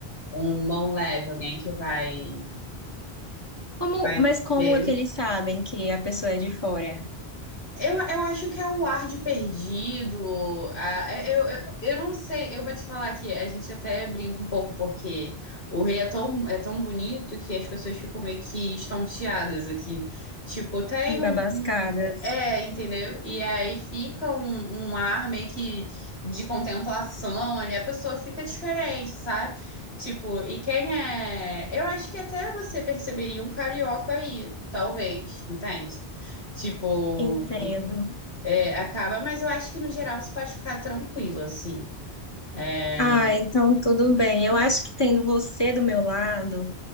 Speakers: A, on the left; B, on the left.
A: Um mão leve, alguém que vai
B: Como,
A: vai
B: mas como
A: ver um
B: é que eles sabem que a pessoa é de fora?
A: Eu, eu acho que é um ar de perdido. ah, é, eu, eu, eu não sei, eu vou te falar que a gente até brinca um pouco, porque o Rio é tão, é tão bonito que as pessoas ficam meio que estonteadas aqui. Tipo, tem um,
B: Babascadas.
A: É, entendeu? E aí fica um, um ar meio que de contemplação ali, a pessoa fica diferente, sabe? Tipo, e quem é. Eu acho que até você perceberia um carioca aí, talvez, entende? Tipo,
B: Entendo.
A: é, acaba, mas eu acho que no geral você pode ficar tranquila, assim. é,
B: Ah, então tudo bem. Eu acho que tendo você do meu lado,